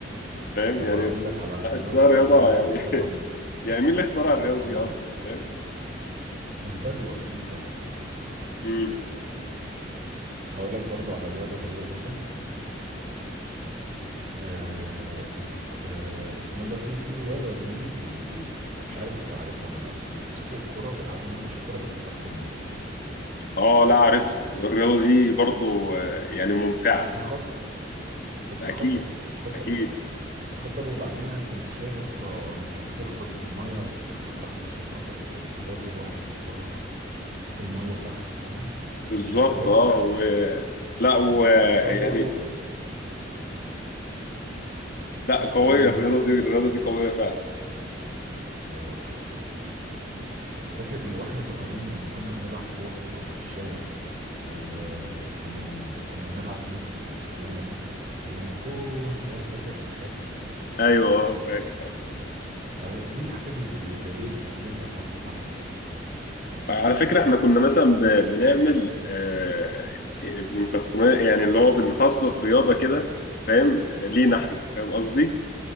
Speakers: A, on the left; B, on the right.
A: فاهم
B: طب
A: يعني
B: اقول لك على
A: بحسها
B: رياضة
A: رياضة
B: بقى اقول لك
A: يعني
B: على رياضة
A: <laughs> يعني مين اللي اخترع الرياضة
B: اقول
A: دي
B: لك
A: أصلا فاهم
B: البدو اكيد طبعا
A: مم.
B: اقول لك برضو على رياضة غريبة جدا آه ال... آه اسمه ايه ده في في رياضة يا زميلي بي... بي... مش عارف انت عارفها ولا لا بيمسكوا الكرة بيلعبوا ماتش كرة بس تحت الماية
A: اه لا عارفها الرياضة دي برضو آه، يعني ممتعة
B: دي خطر بس
A: أكيد
B: خطر خطر
A: أكيد
B: و... خطر وبعدين انت متخيل يا اسطى انت بتغطس بالمية عشان- تغطس تحت عشان خاطر ت- تبازي لواحد الكرة في, في المية تحت فاهم
A: بالظبط
B: مش هتتبازه
A: اه و
B: فاهم
A: لا و
B: وانت قاعد
A: يعني
B: يقول له
A: لا قوية
B: وايه
A: الرياضة دي الرياضة دي قوية فعلا
B: ايوه ده حقيقي فاكر اللي واحنا صغيرين لما كنا بنلعب كوره في الشارع وكانوا كنا بنلعب ميسي كريستيانو ميسي كريستيانو جون فا- فاكر الحاجات دي
A: أيوه اه فاكر
B: آه، دي الحاجات اللي اللي زي دي كان ينفع برضه تعمل رياضه فاهم
A: على فكرة احنا كنا مثلا ب... بنعمل آه، بنكستمايز يعني اللي هو بنخصص رياضة كده فاهم لينا احنا فاهم قصدي